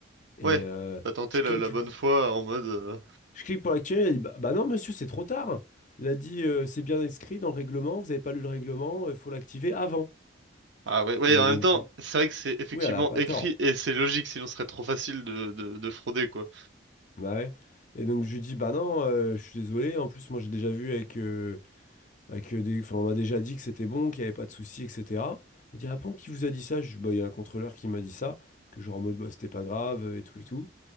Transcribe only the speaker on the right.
Ouais,
t'as tenté
la, la bonne foi en mode. euh,
Ah ouais, ouais,
en
même temps,
c'est vrai que c'est effectivement
écrit
et c'est logique, sinon ce serait trop facile de, de, de frauder, quoi.